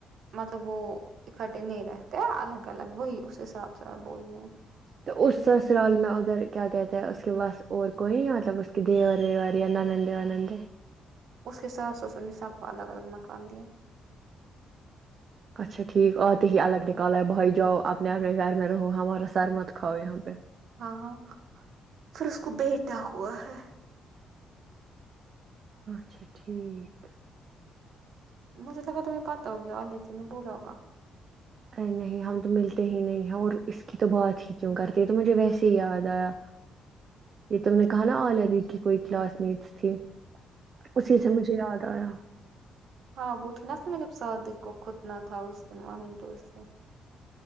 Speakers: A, on the right; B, on the right.
A: مطلب وہ اکٹھے نہیں رہتے الگ الگ وہی اس حساب سے میں بول رہی ہوں
B: تو اس سسرال میں ادھر کیا کہتے ہیں اس کے پاس اور کوئی نہیں مطلب اس کے دیور ویور اور یا نندیں ونندیں
A: اسس کے ساس سسر نے سب کو الگ الگ مکان دیا ہے
B: اچھا ٹھیک اتے ہی الگ نکل بھائی جاؤ اپنے اپنے گھر میں رہو ہمارا سر مت کھاؤ یہاں پے
A: ہاں ہاں پھر اس کو بیٹا ہوا ہے
B: اچھا ٹھیک
A: مجھے لگا تمہیں پتہ ہو گا الادی نے بولا ہوگا
B: ارے نہیں ہم تو ملتے ہی نہیں ہیں اور اس کی تو بات ہی کیوں کرتے ہے تو مجھے ویسے ہی یاد آیا یے تم نے کہا نا عالیہ دی کی کوئی کلاس میٹس تھی اسی
A: ہ
B: سے مجھے یاد آیا
A: ہاں <unintelligible>